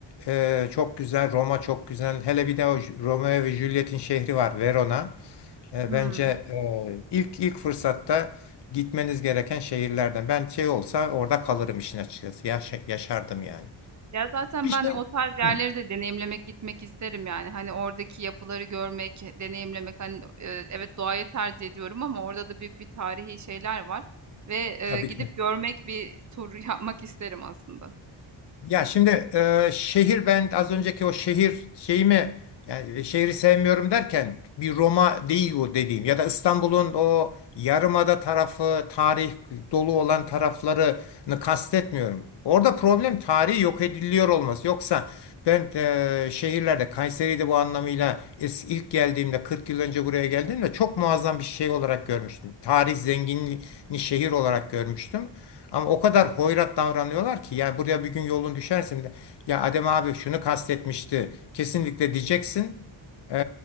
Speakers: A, on the left; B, on the right.
A: eee, çok güzel, Roma çok güzel. Hele bir de o Ju- Romeo ve Juliet'in şehri var, Verona. E,
B: Hmm.
A: Bence e, ilk ilk fırsatta gitmeniz gereken şehirlerden. Ben şey olsa orada kalırım işin açıkçası. Yaşa- yaşardım yani.
B: Ya zaten
A: Bir
B: ben
A: şey
B: o tarz yerleri
A: Hı,
B: de deneyimlemek gitmek isterim yani. Hani oradaki yapıları görmek, deneyimlemek. Hani e, evet doğayı tercih ediyorum ama orada da büyük bir tarihi şeyler var. Ve e,
A: tabii
B: gidip
A: ki.
B: görmek bir tur <laughs> yapmak isterim aslında.
A: Ya şimdi e, şehir ben az önceki o şehir şeyimi yani şehri sevmiyorum derken bir Roma değil bu dediğim ya da İstanbul'un o yarımada tarafı tarih dolu olan taraflarını kastetmiyorum. Orada problem tarihi yok ediliyor olması. Yoksa ben e, şehirlerde Kayseri'de bu anlamıyla es- ilk geldiğimde 40 yıl önce buraya geldiğimde çok muazzam bir şey olarak görmüştüm. Tarih zenginliğini şehir olarak görmüştüm. Ama o kadar hoyrat davranıyorlar ki ya buraya bir gün yolun düşersin de ya Adem abi şunu kastetmişti kesinlikle diyeceksin. Ee,